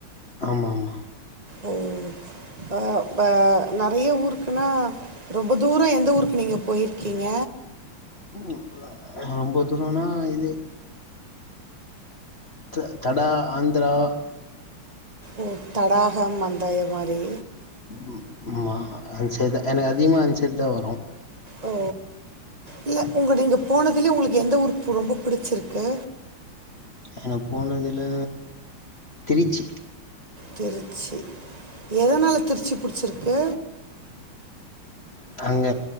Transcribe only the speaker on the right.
உ ஆ நேறைய ஊருக்குனா ரொம்ப தூரோ எந்த ஊருக்கு நீங்க போயிருக்கீங்க
ஓ தடாகம் அந்த இ மாரி
ஓ இல்ல உங்க நீங்க போனதுலயே உங்களுக்கு எந்த உஊரு ரொம்ப புடிச்சிருக்கு
திருச்சி எதனால திருச்சி புடிச்சிருக்கு